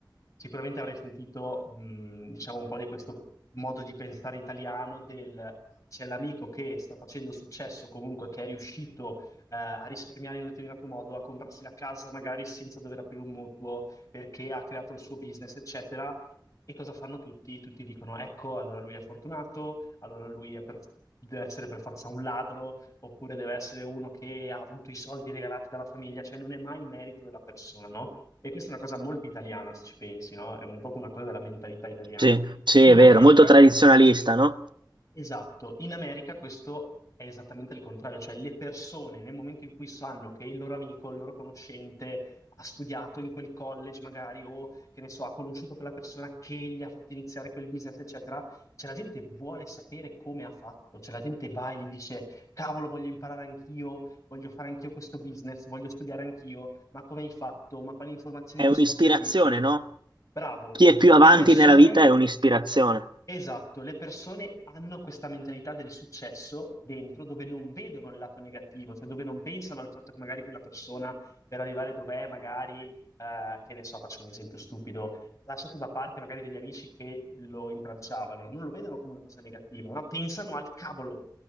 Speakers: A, on the left; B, on the right.
A: sicuramente avrei sentito, mh, diciamo, un po' di questo modo di pensare italiano del "Ah, c'è l'amico che sta facendo successo comunque, che è riuscito, eh, a risparmiare in un determinato modo, a comprarsi la casa magari senza dover aprire un mutuo perché ha creato il suo business, eccetera. E cosa fanno tutti? Tutti dicono, ecco, allora lui è fortunato, allora lui è per- deve essere per forza un ladro, oppure deve essere uno che ha avuto i soldi regalati dalla famiglia, cioè non è mai merito della persona, no? E questa è una cosa molto italiana, se ci pensi, no? È una- proprio una cosa della mentalità italiana.
B: Sì, sì,
A: In
B: è vero,
A: America
B: molto tradizionalista,
A: questo
B: no?
A: Esatto, in America questo è esattamente il contrario, cioè le persone nel momento in cui sanno che il loro amico, il loro conoscente ha studiato in quel college magari o che ne so, ha conosciuto quella persona che gli ha fatto iniziare quel business, eccetera, cioè la gente vuole sapere come ha fatto, cioè la gente va e gli dice cavolo, voglio imparare anch'io, voglio fare anch'io questo business, voglio studiare anch'io, ma come hai fatto? Ma quali informazioni
B: È
A: ti
B: un'ispirazione,
A: sono servite?
B: no?
A: Bravo.
B: Chi è più
A: Le
B: avanti
A: persone
B: nella vita è un'ispirazione.
A: Esatto, le persone hanno questa mentalità del successo dentro dove non vedono il lato negativo, cioè dove non pensano al fatto che magari quella persona per arrivare dov'è, magari, eh, che ne so, faccio un esempio stupido, ha lasciato da parte magari degli amici che lo intralciavano, non lo vedono come una cosa negativa, ma pensano al cavolo,